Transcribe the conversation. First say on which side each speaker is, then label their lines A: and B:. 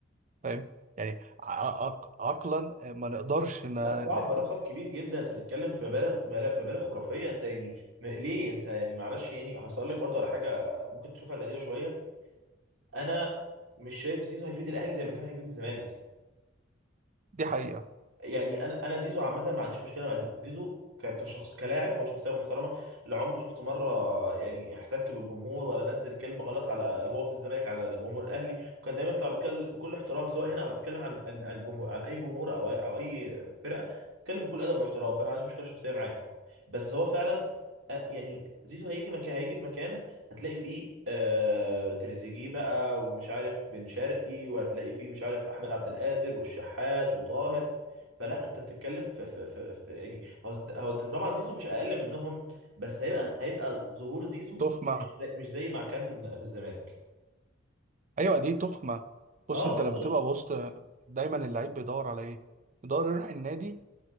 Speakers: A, on the right; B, on the right.
A: فاهم يعني ع- عق- عقلا ما نقدرش ن...
B: لا صعب
A: ن-
B: رقم كبير جدا انت بتتكلم في مبالغ ملا- مبالغ خرافيه انت يعني م- ليه انت يعني معلش يعني هسأل لك برضه على حاجه ممكن تشوفها غريبه شويه انا مش شايف زيزو هيفيد الاهلي زي ما كان هيفيد الزمالك
A: دي حقيقة
B: يعني انا انا زيزو عامه ما عنديش مشكله مع زيزو زيزو ك- كشخص كلاعب هو شخصيه محترمه لا عمره شفت مره يعني احتك بالجمهور ولا نزل كلمه غلط على هو في الزمالك على جمهور الاهلي وكان دايما يطلع بيتكلم بكل احترام سواء هنا او بيتكلم عن عن عن الجمهور عن اي جمهور او اي او اي فرقه بيتكلم بكل ادب واحترام فانا ما عنديش مشكله شخصيه معاه بس هو فعلا آه، يعني زيزو هيجي مكان هيجي في مكان هتلاقي فيه آه تريزيجيه بقى ومش عارف بن شرقي وهتلاقي فيه مش عارف احمد عبد القادر والشحات وطاهر فلا انت بتتكلم في في في, في يعني هو هو طبعا زيزو مش اقل منهم بس هيبقى هيبقى ظهور زيزو
A: تخمة
B: مش زي- مش زي ما كان في الزمالك
A: ايوه دي تخمه
B: اه
A: بص انت
B: بالظبط
A: لما تبقى بوسط دايما اللعيب بيدور على ايه بيدور يروح النادي